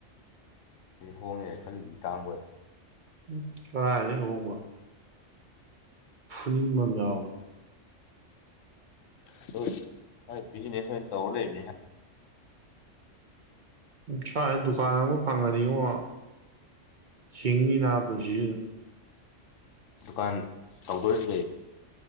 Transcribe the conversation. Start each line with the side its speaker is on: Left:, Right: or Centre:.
Left: ꯑꯩꯗꯤ ꯍꯣꯡꯉꯦꯅ ꯈꯜꯂꯤꯁꯤꯗꯤ ꯇꯥꯡꯕꯣꯏꯔꯦ
Right: ꯎꯝ ꯀꯔꯥꯏꯗꯩꯩ ꯍꯣꯡꯕ ꯐꯨꯅꯤꯡꯕ <unintelligible>
Left: ꯑꯗꯨꯕꯨꯗꯤ ꯃꯥꯏ ꯕꯤꯖꯤꯅꯦꯁ ꯑꯣꯏꯅ ꯇꯧꯔ ꯂꯩꯕꯅꯤꯅ
Right: ꯎꯝ ꯁ꯭ꯋꯥꯏꯗ ꯗꯨꯀꯥꯟ ꯑꯃꯒ ꯐꯪꯉꯗꯤꯉꯣ ꯍꯤꯡꯅꯤꯅꯥ ꯄꯨꯟꯁꯤꯁꯤꯗ
Left: ꯗꯨꯀꯥꯟ ꯇꯧꯗꯣꯏ ꯁꯤꯗꯤ